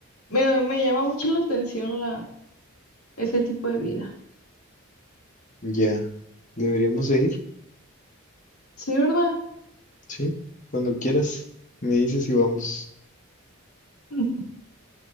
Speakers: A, on the left; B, on the left.
A: Me, me llama mucho la atención la, ese tipo de vida.
B: Ya. Deberíamos de ir.
A: Sí, ¿verdad?
B: Sí. Cuando quieras. Me dices y vamos.
A: <laughs>